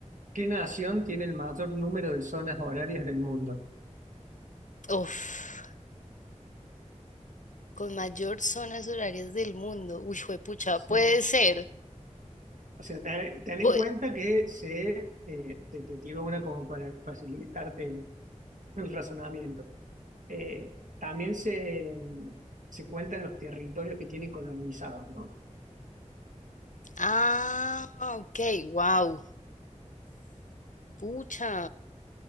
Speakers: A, on the right (about 85°); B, on the left (about 80°).
A: ¿Qué nación tiene el mayor número de zonas horarias del mundo?
B: Uf. Con mayor zonas horarias del mundo. Uy, juepucha,
A: Sí.
B: puede ser.
A: O sea, ten, ten
B: Pue-
A: en cuenta que se, eh, te, te tiro una como para facilitarte el, el razonamiento. Eh, también se, se cuentan los territorios que tienen colonizados, ¿no?
B: ah, ok, wow. Pucha.